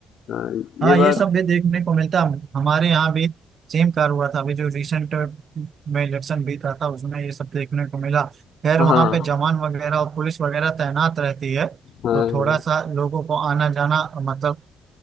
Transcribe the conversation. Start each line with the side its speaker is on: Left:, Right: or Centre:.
Left: हाँ,
Right: हाँ
Left: ये बात
Right: ये सब भी देखने को मिलता है हमारे यहाँ भी सेम कार हुआ था अभी जो रिसेंट में इलेक्शन बीता था उसमें ये सब देखने को मिला खैर
Left: हाँ
Right: वहाँ
Left: हाँ
Right: पे जवान वगैरह और पुलिस वगैरह तैनात रहती है
Left: हाँ
Right: तो थोड़ा सा लोगों को आना जाना मतलब